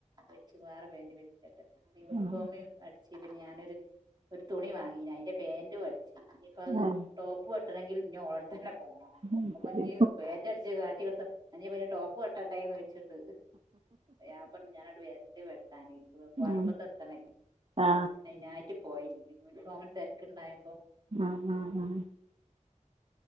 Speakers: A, on the right (about 35°); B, on the right (about 50°).
A: വെച്ച് വേറ പേന്റ് വെച്ചിട്ട് അങ്ങനെ യൂണിഫോമ്
B: ഉം
A: അടി ച്ച് ഞാനൊര് ഒര് തുണി വാങ്ങീന് അയിന്റെ പാന്റു അടിച്ച് പ്പത്
B: ഉം ഏ
A: ടോപ്പ് വെട്ടണെങ്കിൽ ഇഞി ഓളട്തെന്നെ പോണം
B: ഉം
A: അപ്പൊ
B: ശരി
A: ഇഞി പാന്റ് അട്ച്ച് കാട്ടി കൊട്ത്ത ഇഞിപ ടോപ്പ് വെട്ടട്ടേ ന്നൊയ്ച്ച്ണ്ണ്ട് അഹ് പർഞ്ഞു ഞാനങ്ങ്ട് വരണ്ട് വെട്ടാന് പറമ്പത്തെത്തണെ
B: ഉം ആ ആ
A: പ്രശ്നനായിട്ട് പോയേന് യൂണിഫോമിനെ തെരക്ക്ണ്ടായപ്പൊ
B: ആഹ് ആഹ്